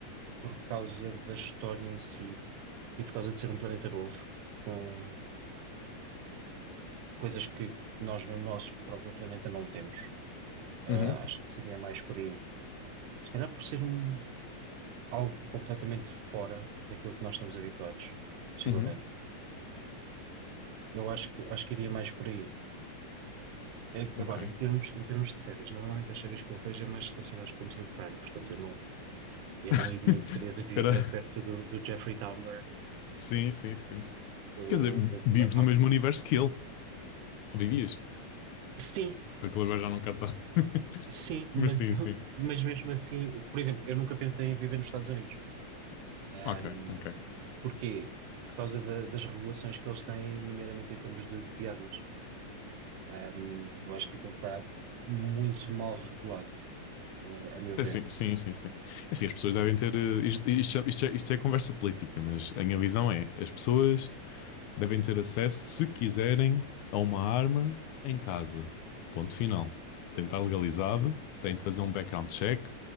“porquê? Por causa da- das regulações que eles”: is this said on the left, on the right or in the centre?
Right